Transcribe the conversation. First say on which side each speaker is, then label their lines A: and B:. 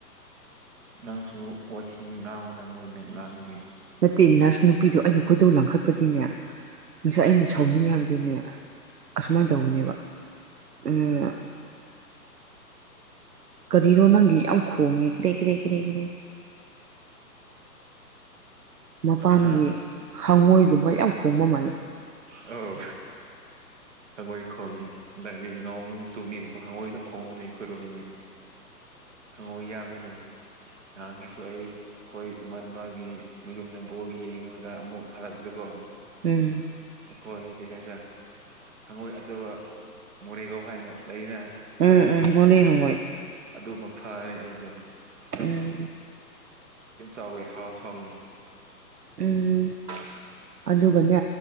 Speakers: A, on the right (about 45°); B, on the right (about 70°).
A: ꯅꯪꯁꯨ ꯋꯥꯊꯤ ꯉꯥꯡꯉꯨꯅ ꯃꯣꯏꯅ ꯉꯥꯡꯉꯥꯗꯤ
B: ꯅꯠꯇꯦ ꯅꯔꯁ ꯅꯨꯄꯤꯗꯣ ꯑꯩꯅ ꯀꯣꯏꯗꯧ ꯂꯥꯡꯈꯠꯄꯗꯤꯅꯦ ꯉꯁꯥꯢ ꯑꯩꯅ ꯁꯥꯎꯅꯤꯡꯉꯦ ꯍꯥꯏꯕꯗꯨꯅꯦ ꯑꯁꯨꯃꯥꯏꯅ ꯇꯧꯕꯅꯦꯕ ꯎꯝ ꯀꯔꯤꯔꯣ ꯅꯪꯒꯤ ꯌꯥꯝ ꯈꯣꯡꯉꯦ ꯀꯔꯦ ꯀꯔꯦ ꯀꯔꯦ ꯀꯔꯦ ꯃꯄꯥꯟꯒꯤ
A: ꯍꯥ
B: ꯍꯪꯉꯣꯏꯒꯨꯝꯕ ꯌꯥꯝ ꯈꯣꯡꯕ ꯃꯥꯜꯂꯦ
A: ꯑꯥꯎ ꯍꯪꯉꯣꯏ ꯈꯣꯡꯉꯦ ꯗꯗꯤ ꯅꯣꯡ ꯆꯨꯕꯅꯤꯅꯥꯀꯣ ꯍꯪꯉꯣꯏ ꯑꯗꯨꯝ ꯈꯣꯡꯉꯅꯦ ꯑꯈꯣꯏꯔꯣꯝꯗꯤ ꯍꯪꯉꯣꯢ ꯌꯥꯝꯕꯅꯦ ꯅꯍꯥꯟꯒꯩꯁꯨ ꯑꯩ ꯑꯩꯈꯣꯏ ꯏꯃꯥꯟꯅꯕꯒꯤ ꯃꯌꯨꯝꯗ ꯕꯣꯜ ꯌꯦꯡꯂꯡꯒ ꯑꯃꯨꯛ ꯍꯜꯂꯛꯄꯗꯀꯣ
B: ꯎꯝ
A: ꯑꯩꯈꯣꯏ ꯀꯩ ꯍꯥꯢꯁꯤꯔ ꯍꯪꯉꯣꯏ ꯑꯆꯧꯕ ꯃꯣꯔꯦꯒꯧ ꯍꯥꯏꯅ ꯂꯩꯅ
B: ꯎꯝ ꯎꯝ ꯃꯣꯔꯦ ꯍꯪꯉꯣꯏ
A: ꯑꯗꯨꯃꯥ ꯐꯔꯦ ꯑꯩꯁꯨ ꯌꯥꯝ
B: ꯎꯝ
A: ꯌꯥꯝ ꯆꯥꯎꯋꯦ ꯍꯥꯎꯁꯨ ꯍꯥꯎꯋꯦ
B: ꯎꯝ ꯑꯗꯨꯒꯅꯦ